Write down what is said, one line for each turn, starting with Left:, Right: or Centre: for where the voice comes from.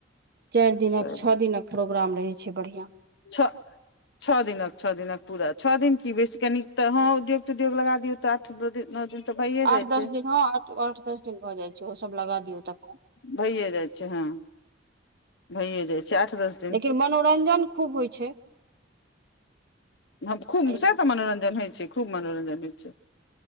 Right: चारि दिनक
Left: तऽ
Right: छओ दिनक प्रोग्राम रहैत छैय बढ़िया।
Left: छ छओ दिनक छओ दिनक पूरा छओ दिन की बेसी कनि तऽ हँ उद्योग त उद्योग लगा दियौ तऽ आठ नओ दिन तऽ भइए
Right: आठ
Left: जाइ
Right: दस
Left: छै
Right: दिन ह आठ दस दिन भऽ जाइ छैय ओसभ लगा दियौ त।
Left: भैए जाइ छैय ह भैए जाइ छैय आठ दस दिन
Right: लेकिन मनोरञजन खूब होइ छै
Left: हम
Right: एहिमे
Left: खूब से त मनोरञ्जन होइ छै खूब मनोरञ्जन होइ छै